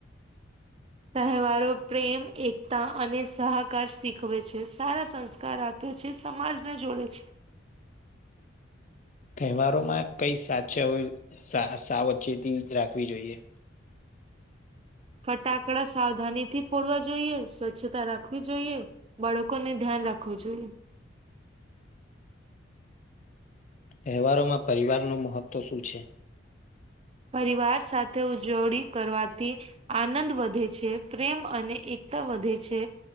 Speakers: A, on the right; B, on the left.
A: તહેવારો પ્રેમ, એકતા અને સહકાર શીખવે છે, સારા સંસ્કાર આ પે છે, સમાજ ને જોડે છે.
B: તહેવારોમાં કઈ સાચ સા સાવચેતી રાખવી જોઈએ?
A: ફટાકડા સાવધાનીથી ફોડવા જોઈએ સ્વચ્છતા રાખવી જોઈએ બાળકોને ધ્યાન રાખવો જોઈએ.
B: તહેવારોમાં પરિવારનુ મહત્વ શું છે?
A: પરિવાર સાથે ઉજવણી કરવાથી આનંદ વધે છે, પ્રેમ અને એકતા વધે છે.